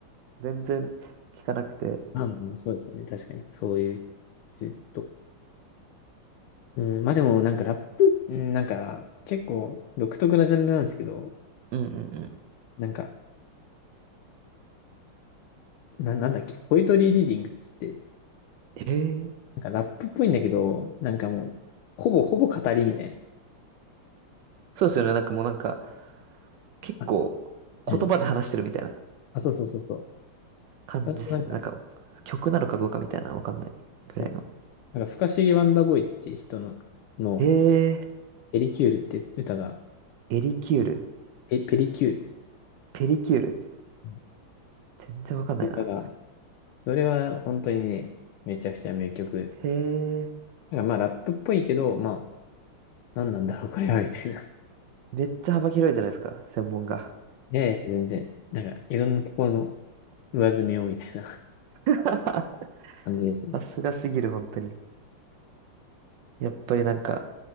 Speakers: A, on the right; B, on the left.
A: 全然聞かなくて。
B: まあまあまあ、そうですね。確かに。そういう、えっと。うん、まあでも、なんかラップ、うんなんか、結構独特なジャンルなんですけど、
A: うんうん
B: なんか、な、なんだっけ、ポイトリーリーディングっつって、
A: うん。へえ。
B: なんかラップっぽいんだけど、なんかもう、ほぼほぼ語りみたい
A: そうですよね。なんかもうなんか、結構、
B: な。あ、うん。
A: 言葉で話してるみたいな
B: あ、そうそうそうそう。
A: 感じですよね。
B: それとなんか、
A: なんか、曲なのかどうかみたいな、わかんないぐらいの。
B: そう。なんか、不可思議ワンダーボーイっていう人の、の、
A: へえ。
B: ペリキュールって歌が、
A: エリキュール。
B: ペ、ペリキュールです
A: ペリキュール。
B: うん
A: 全然わかんないな。
B: 歌が、それは本当にね、めちゃくちゃ名曲。
A: へえ。
B: なんかまあラップっぽいけど、まあ、何なんだろう、<laughs> これは、みたいな。
A: めっちゃ幅広いじゃないですか、専門が。
B: <laughs> いやいや、全然。なんか、いろんなところの上積みを、みたいな
A: <laughs>
B: <laughs> 感じですね。
A: さすがすぎる、本当に。やっぱりなんか、